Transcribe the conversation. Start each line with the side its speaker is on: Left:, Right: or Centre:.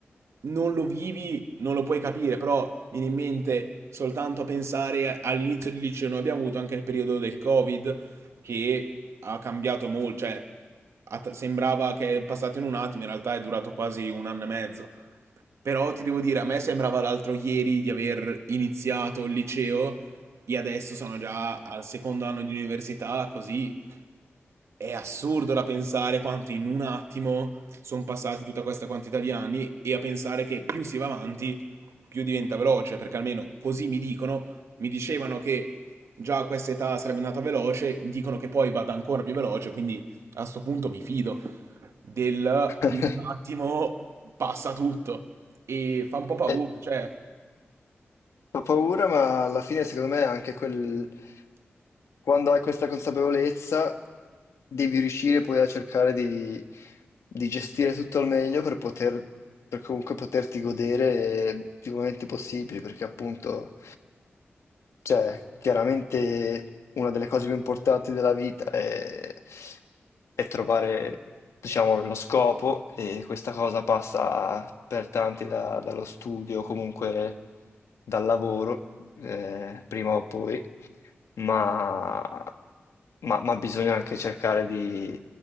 Right: non lo vivi non lo puoi capire, però viene in mente soltanto a pensare a- all'inizio del liceo. Noi abbiamo avuto anche il periodo del Covid che ha cambiato molto, cioè ha t- sembrava che è passato in un attimo, in realtà è durato quasi un anno e mezzo. Però ti devo dire, a me sembrava l'altro ieri di aver iniziato il liceo e adesso sono già al secondo anno di università, così è assurdo da pensare quanto in un attimo sono passati tutta questa quantità di anni e a pensare che più si va avanti, più diventa veloce, perché almeno così mi dicono, mi dicevano che già a questa età sarebbe andata veloce, dicono che poi vada ancora più veloce, quindi a sto punto mi fido del
Left: <laughs>
Right: in un attimo passa tutto e fa un po' paura,
Left: Eh,
Right: cioè
Left: Fa paura, ma alla fine secondo me anche quel... quando hai questa consapevolezza devi riuscire poi a cercare di, di gestire tutto al meglio per poter, per comunque poterti godere più momenti possibili, perché appunto cioè, chiaramente una delle cose più importanti della vita è, è trovare, diciamo, lo scopo e questa cosa passa per tanti da- dallo studio, comunque dal lavoro, eh, prima o poi, ma, ma- ma bisogna anche cercare di,